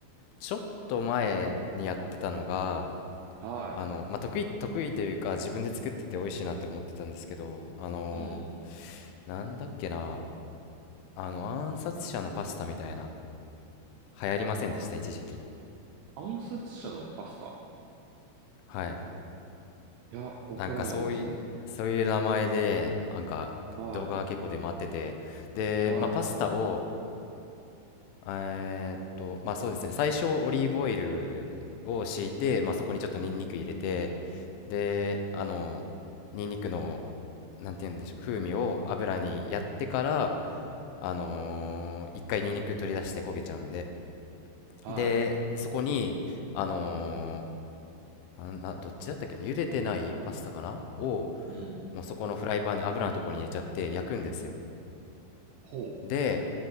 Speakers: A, on the left (about 85°); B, on the right (about 80°).
A: ちょっと前にやってたのが、
B: は
A: あの、まあ、得意、得意というか、自分で作ってて美味しいなって思ってたんですけど、あのー
B: い。うん。
A: なんだっけな、あの、暗殺者のパスタみたいな、流行りませんでした、
B: あ、
A: 一時期。
B: 暗殺者のパスタ
A: はい。
B: いや、わからないですね。
A: なんかそういう、そういう名前で、なんか、
B: はい。
A: 動画が結構出回ってて、で、
B: は
A: まあ、パスタを、えーっと、まあそうですね、最初オリーブオイルを敷いて、まあそこにちょっとニンニク入れて、で、あの、ニンニクの、なんて言うんでしょう、風味を油にやってから、あのー一回ニンニク取り出して焦げちゃうんで、
B: い。
A: で、
B: は
A: そこに、あのーあな、どっちだったっけな、茹でてないパスタかなを、
B: い。うん。
A: もうそこのフライパンに油のところに入れちゃって焼くんですよ。
B: ほう。
A: で、